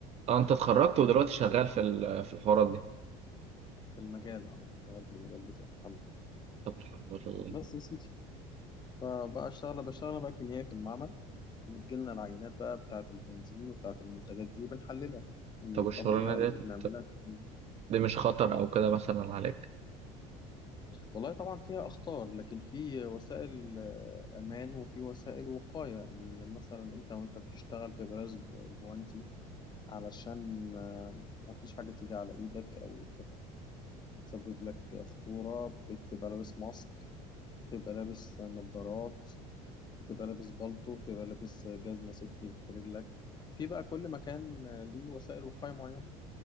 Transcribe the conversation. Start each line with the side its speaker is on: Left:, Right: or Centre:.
Right: اه انت اتخرجت ودلوقتي شغال في ال- في الحوارات دي
Left: في المجال أه شغال في المجال بتاعي الحمد لله
Right: طب الحمد لله
Left: بس يا سيدي فبقى اشتغل بشتغل بقى كيميائي في المعمل بتجيلنا العينات بقى بتاعة البنزين وبتاعة المنتجات دي وبنحللها بنخرج
Right: طب والشغلانه
Left: لها بنعمل
Right: دي
Left: لها تحليل.
Right: دي مش خطر او كده مثلا عليك
Left: والله طبعا فيها أخطار لكن في وسائل آه، أمان وفي وسائل وقاية إن مثلا أنت وأنت بتشتغل تبقى جوانتي علشان آه، ما فيش حاجة تيجي على إيدك أو تسبب لك خطورة بتبقى لابس ماسك تبقى لابس نظارات بتبقى لابس بالطو بتبقى لابس جزمة سيفتي في رجلك في بقى كل مكان ليه وسائل وقاية معينة